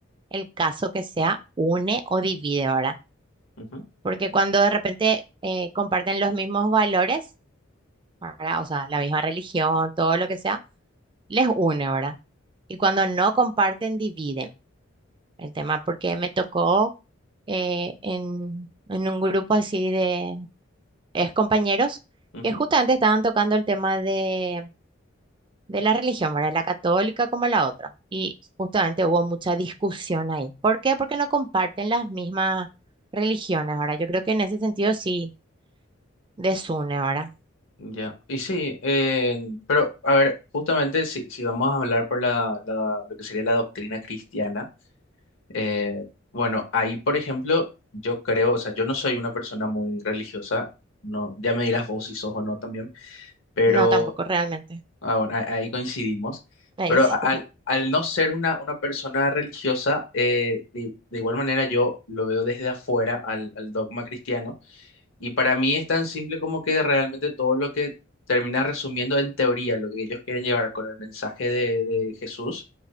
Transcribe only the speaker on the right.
el caso que sea, une o divide, ¿verdad?
Porque cuando de repente eh, comparten los mismos valores, ¿verdad? O sea, la misma religión, todo lo que sea, les une, ¿verdad? Y cuando no comparten, dividen. El tema, porque me tocó eh, en, en un grupo así de ex compañeros
que justamente estaban tocando el tema de, de la religión, ¿verdad? La católica como la otra. Y justamente hubo mucha discusión ahí. ¿Por qué? Porque no comparten las mismas religiones, ahora Yo creo que en ese sentido sí desune, ahora
No, tampoco realmente.
Ahí
sí,